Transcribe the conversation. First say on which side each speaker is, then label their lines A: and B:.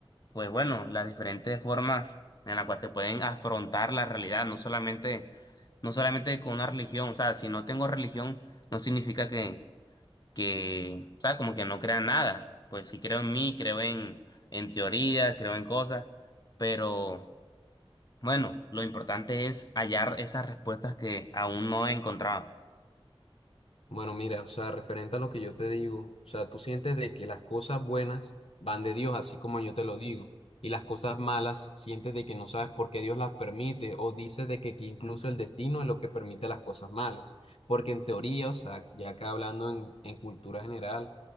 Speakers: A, on the left; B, on the left.
A: pues bueno, las diferentes formas en las cuales se pueden afrontar la realidad, no solamente no solamente con una religión, o sea, si no tengo religión, no significa que, que, o sea, como que no crea en nada. Pues sí creo en mí, creo en, en teorías, creo en cosas, pero bueno, lo importante es hallar esas respuestas que aún no he encontrado.
B: Bueno, mira, o sea, referente a lo que yo te digo, o sea, tú sientes de que las cosas buenas van de Dios, así como yo te lo digo, y las cosas malas sientes de que no sabes por qué Dios las permite, o dices de que, que incluso el destino es lo que permite las cosas malas, porque en teoría, o sea, ya acá hablando en, en cultura general,